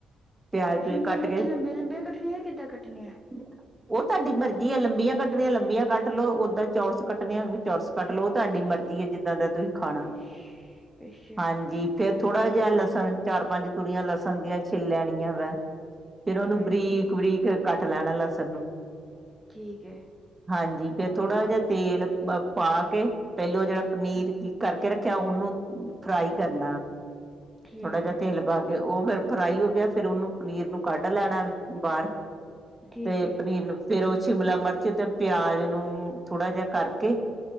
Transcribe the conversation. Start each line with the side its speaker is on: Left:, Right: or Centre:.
Right: ਪਿਆਜ ਪਿਊਜ
Centre: ਸ਼ਿਮਲਾ
Right: ਕੱਟ
Centre: ਮਿਰਚ ਲੰਬੇ-ਲੰਬੇ ਕੱਟਣੀਆਂ ਕਿੱਦਾਂ ਕੱਟਣੀਆਂ?
Right: ਜ <inaudible> ਉਹ ਤੁਹਾਡੀ ਮਰਜ਼ੀ ਆ ਲੰਬੀਆਂ ਕੱਟਣੀਆਂ ਲੰਬੀਆਂ ਕੱਟ ਲੋ ਓਦਾਂ ਚੋਰਸ ਕੱਟਣੀਆਂ ਚੋਰਸ ਕੱਟ ਲਓ ਉਹ ਤੁਹਾਡੀ ਮਰਜ਼ੀ ਹੈ। ਜਿੱਦਾਂ ਦਾ ਤੁਸੀਂ ਖਾਣਾ
Centre: ਅੱਛ- ਅੱਛਾ
Right: ਹਾਂਜੀ। ਫੇਰ ਥੋੜਾ ਜਿਹਾ ਲਸਣ ਚਾਰ ਪੰਜ ਤੂਰੀਆਂ ਲਸਣ ਦੀਆਂ ਛਿੱਲ ਲੈਣੀਆਂ ਵਾ। ਫੇਰ ਉਹੂੰ
Centre: ਹਾਂਜੀ
Right: ਬਰੀਕ-ਬਰੀਕ ਕੱਟ ਲੈਣਾ ਲਸਣ ਨੂੰ।
Centre: ਠੀਕ ਹੈ।
Right: ਹਾਂਜੀ ਫੇ ਥੋੜਾ ਜਹਾ ਤੇਲ ਪਾ ਕੇ ਪਹਿਲੋਂ ਜਿਹੜਾ ਪਨੀਰ
Centre: ਹਾਂ-
Right: ਕਰਕੇ ਰੱਖਿਆ ਉਹਨੂੰ ਫਰਾਈ ਕਰਨਾ
Centre: ਠੀਕ
Right: ਥੋੜਾ ਜਹਾ
Centre: ਹੈ
Right: ਤੇਲ। ਵ ਗ ਉਹ ਫੇਰ ਫਰਾਈ ਹੋ ਗਿਆ ਫੇਰ ਉਹਨੂੰ ਪਨੀਰ ਨੂੰ ਕੱਢ ਲੈਣਾ ਬਾਹਰ
Centre: ਠੀਕ
Right: ਤੇ
Centre: ਹੈ
Right: ਪਨੀਰ ਫੇਰ ਉਹ ਸ਼ਿਮਲਾ ਮਿਰਚ ਤੇ ਪਿਆਜ ਨੂੰ ਥੋੜ੍ਹਾ ਜਿਹਾ ਕਰਕੇ